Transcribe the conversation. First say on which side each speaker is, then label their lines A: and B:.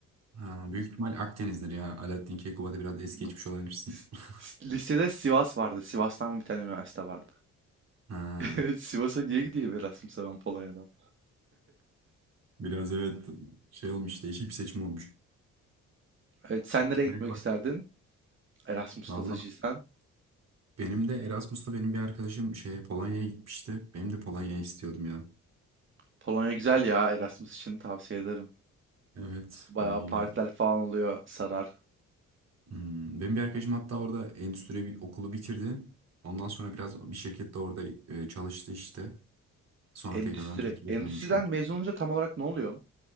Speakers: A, on the right; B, on the right.
A: Ha, büyük ihtimal Akdeniz'dir ya. Alaaddin Keykubat'ı biraz es
B: Bilmiyorum.
A: geçmiş olabilirsin.
B: S-
A: <laughs>
B: s- Listede Sivas vardı. Sivas'tan bir tane üniversite vardı.
A: Ha.
B: Evet, Sivas'a niye gideyim Erasmus'a ben Polonya'dan?
A: Biraz evet şey olmuş değişik bir seçim olmuş.
B: Evet, sen nereye
A: Merhaba.
B: gitmek isterdin? Erasmus
A: Valla
B: stajyersen.
A: benim de Erasmus'ta benim bir arkadaşım şey Polonya'ya gitmişti. Benim de Polonya'ya istiyordum ya.
B: Polonya güzel ya Erasmus için tavsiye ederim.
A: Evet
B: Bayağı
A: Polonya
B: partiler falan oluyor, sarar.
A: Hmm, Benim bir arkadaşım hatta orada endüstri bir okulu bitirdi. Ondan sonra biraz bir şirkette orada e, çalıştı işte. Sonra
B: Endüstri.
A: tekrardan Türkiye'ye
B: Endüstriden
A: döndü şu an.
B: mezun olunca tam olarak ne oluyorsun?